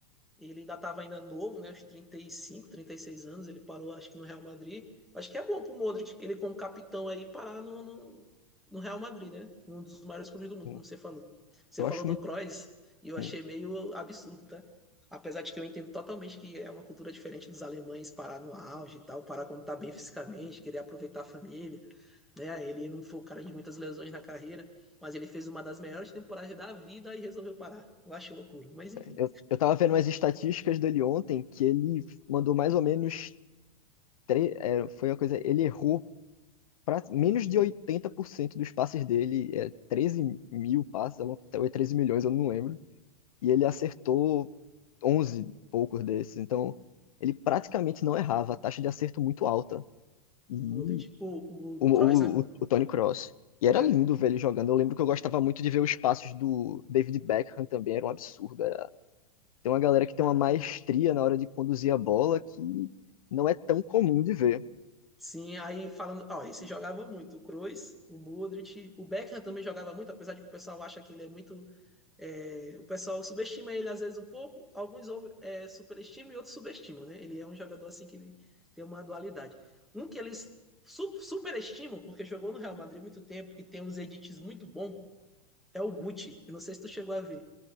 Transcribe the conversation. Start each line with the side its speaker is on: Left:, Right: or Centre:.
Centre: Ele ainda estava ainda novo, né? Aos 35, 36 anos, ele parou, acho que no Real Madrid. Acho que é bom pro Modric, ele como capitão aí, parar no, no, no Real Madrid, né? Um dos maiores clubes do mundo,
Left: Hum,
Centre: como você falou. Você
Left: Eu
Centre: falou
Left: acho
Centre: do
Left: muito.
Centre: Kroos, e eu achei
Left: hum,
Centre: meio absurdo, tá? Apesar de que eu entendo totalmente que é uma cultura diferente dos alemães parar no auge e tal, parar quando tá bem fisicamente, querer aproveitar a família, né? Ele não foi o cara de muitas lesões na carreira, mas ele fez uma das melhores temporadas da vida e resolveu parar. Eu acho loucura, mas enfim.
Left: Eu, eu tava vendo umas estatísticas dele ontem que ele mandou mais ou menos. tre- é, foi uma coisa. Ele errou pra, menos de 80% dos passes dele, é, 13 mil passes, alguma- ou é 13 milhões, eu não lembro. E ele acertou 11 poucos desses. Então, ele praticamente não errava, a taxa de acerto muito alta. E
Centre: O Modric. O,
Left: o,
Centre: o
Left: o,
Centre: Kroos, né?
Left: o, o Tony Cross. E era
Centre: É.
Left: lindo ver ele jogando. Eu lembro que eu gostava muito de ver os passos do David Beckham também, era um absurdo. Tem uma galera que tem
Centre: Aham.
Left: uma maestria na hora de conduzir a bola que não é tão comum de ver.
Centre: Sim, aí falando, ó, esse jogava muito, o Kroos, o Modric, o Beckham também jogava muito, apesar de que o pessoal acha que ele é muito, é, o pessoal subestima ele às vezes um pouco, alguns over- é, superestimam e outros subestimam, né? Ele é um jogador assim que ele tem uma dualidade. Um que eles su- superestimam, porque jogou no Real Madrid muito tempo e tem uns edits muito bons, é o Guti, eu não sei se tu chegou a ver.